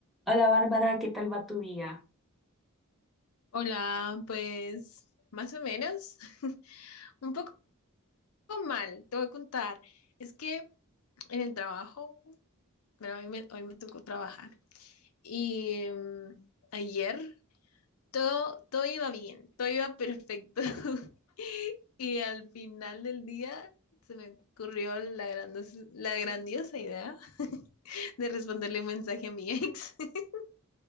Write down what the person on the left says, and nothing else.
Hola, pues más o menos, <laughs> un poco mal, te voy a contar. Es que en el trabajo, bueno, hoy me, hoy me tocó trabajar y mm, ayer todo, todo iba bien, todo iba perfecto. <laughs> Y al final del día se me ocurrió la grandos- la grandiosa idea <laughs> de responderle un mensaje a mi ex. <laughs>